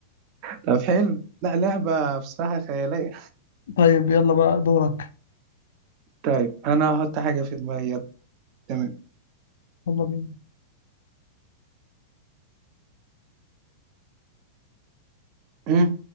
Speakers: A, on the right (about 30°); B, on the left (about 80°).
A: طب حلو لا لعبة بصراحة خيالية
B: طيب يلا بقى دورك
A: طيب أنا هحط حاجة في دماغي يلا تمام
B: يلا بينا
A: مم.